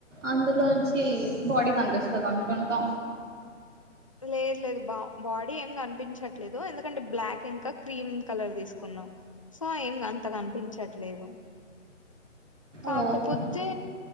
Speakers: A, on the right; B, on the left.
A: అందులోంచి బాడీ కనిపిస్తుంది అనుకుంటా
B: లేదు లేదు బా బాడీ ఏం కనిపించట్లేదు ఎందుకంటే బ్లాక్ ఇంకా క్రీమ్ కలర్ తీసుకున్నా సో ఏం అంత కనిపించట్లేదు కాకపోతే
A: ఓహో